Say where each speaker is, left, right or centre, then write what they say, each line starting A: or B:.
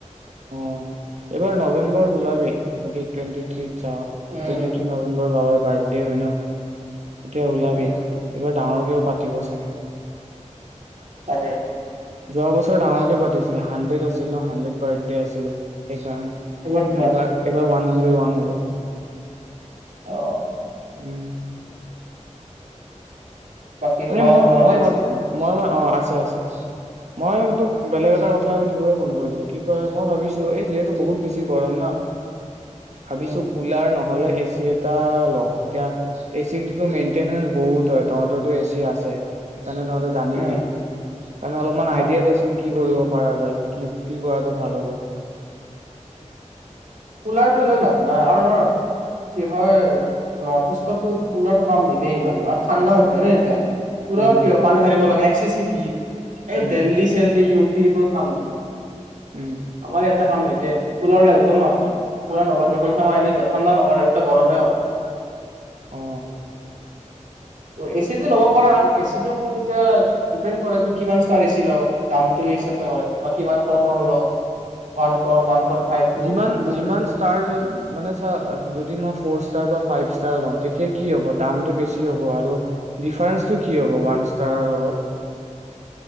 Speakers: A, on the right; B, on the right.
A: অ এইবাৰ নৱেম্বৰত ওলাবি, যদি টুৱেন্টি থ্ৰী যাওঁ,
B: উম
A: টুৱেন্টি ট্ৰী নৱেম্বৰত বাবাৰ বাৰ্থডে দে হয় ন এতিয়া ওলাবি,
B: উম
A: এইবাৰ ডাঙৰকে পাতিম। পাতিব ছাগে
B: তাকে
A: যোৱা বছৰ ডাঙৰকে পাতিছিলে, হানড্ৰেত আছিল ন হানড্ৰেত বাৰ্থডে আছিলে।
B: এইবাৰ কিমান
A: এবাৰ, এবাৰ ওৱান ওৱান হব
B: অ
A: উম
B: বাকী
A: আৰে
B: মা
A: মই
B: ভালে
A: মই
B: আছে
A: ভাবো মই না অ আছে আছে মই তোক বেলেগ এটা কথা সুধিবয় ফোন কৰিছিলো কি কয় মই ভাবিছো এই যিহেতু বহুত বেছি গৰম না ভাবিছো
B: উম
A: কুলাৰ নহলে এচি এটা লও এতিয়া এতিয়া মেইনটেনেঞ্চ বহুত হয় তহতৰো এচি আছে এনে তহঁতে জানিবি
B: উম
A: এনেই অলপমান আইডিয়া
B: অ
A: দেচোন কি কৰিব পৰা যায় কি কি কৰাটো ভাল হ'ব
B: কুলাৰটো লৈ লাভ নাই আৰু আমাৰ কি হয় নৰ্থ ইষ্টতো কুলাৰটো কাম নিদিয়ে ইমান গাঁওত ঠাণ্ডা হৈ থাকে ন এনিটাইম। কুলাউট
A: উম
B: কিয় পানী ঢালিব লাগে। চি চি ভিত এই
A: উম
B: দেল্লহি চেলহি ইউ পি এইবোৰত কাম দিয়ে
A: উম
B: আমাৰ ইয়াতে কাম নিদিয়ে কুলাৰলৈ একদম লাভ নাই কুলাৰ নলবি পইচা আমাৰ এনে যায় ঠাণ্ডা নকৰে ওলতা গৰমে হয়
A: অ
B: এ চি টো ল'ব
A: উম।
B: পাৰা এ চি সেইটো এতিয়া দিপেন কৰে কিমান ইচটাৰৰ এচি লও দামটো হিচাপে হয় বা কিমান টনৰ লও one ton, one point five পো
A: যিমান যিমান ষ্টাৰ মানে চা যদি মই ফ'ৰ ষ্টাৰ বা ফাইভ ইষ্টাৰ্ তেতিয়া কি হ'ব দামটো বেছি হ'ব আৰু ডিফাৰেচটো কি হ'ব ওৱান ষ্টাৰৰ লগত